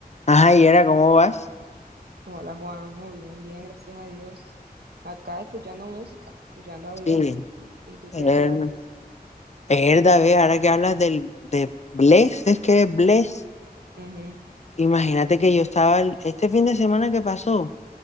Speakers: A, on the left (about 45°); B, on the right (about 80°).
A: Ajá, y era, ¿cómo vas?
B: Hola Juanjo, bien, bien, gracias a Dios. Acá escuchando música, escuchando a Bless.
A: Sí.
B: ¿Y tú
A: Eh,
B: qué, qué haces?
A: Erda, ve, ahora que hablas del, de Bless, es que Bless,
B: Ujú,
A: imagínate que yo estaba, el- este fin de semana que pasó,